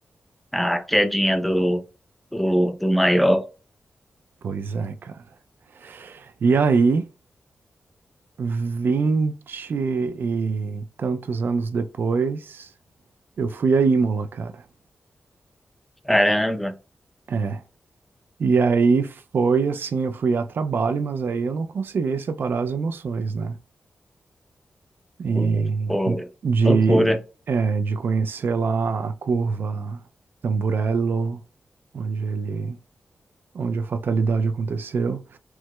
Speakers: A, in the centre; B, on the right (about 70°).
A: A quedinha do, do, do maior.
B: Pois é, cara. E aí, vinte e tantos anos depois, eu fui a Imola, cara.
A: Caramba,
B: É. E aí foi assim, eu fui a trabalho, mas aí eu não consegui separar as emoções, né? E
A: pô, pô,
B: de,
A: loucura.
B: é, de conhecer lá a curva Tamburello, onde ele, onde a fatalidade aconteceu.